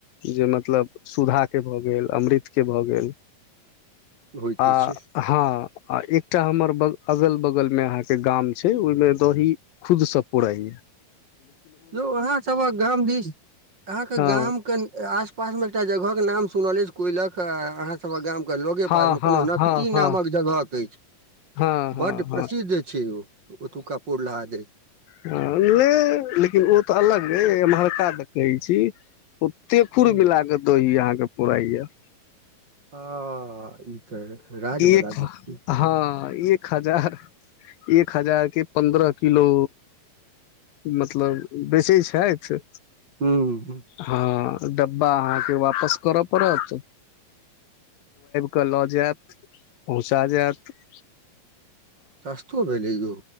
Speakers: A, on the left; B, on the right.
A: जे मतलब सुधा के भ गेल अमृत के भ गेल।
B: होइते
A: आ
B: छै
A: हँ। आ एकटा हमर ब अगल बगल मे अहाँ के गाम छै ओहिमे दही खुद से पूरा यै।
B: यो वहाँ सबक गाम भी अहाँके
A: हँ
B: गाम के आस पास में एकटा जगह के नाम सुनल अछि कोयलक अहाँ सबक गाम लोगे
A: हँ
B: पास मे
A: हँ
B: कोनो नकदी
A: हँ हँ
B: नामक जगह अछि
A: हँ हँ
B: बड
A: हँ
B: प्रसिद्ध छै ओ। ओटाउका पोरलाहा दही।
A: ह। लेकिन ओ त अलग रह मल। क देख कहै छी। ओते खुर
B: हूँ
A: मिलााक दही अहाँके पराए।
B: ह। ई तऽ राजवला
A: एक
B: गप छै।
A: हँ एक हजार एक हजार के पन्द्रह किलो मतलब बेचै छथि।
B: हँ ह।
A: हँ डब्बा अहाँके वापस करऽ पड़त के लऽ जायत। पहुँचा जायत ह।
B: सास्तो भेल योउ।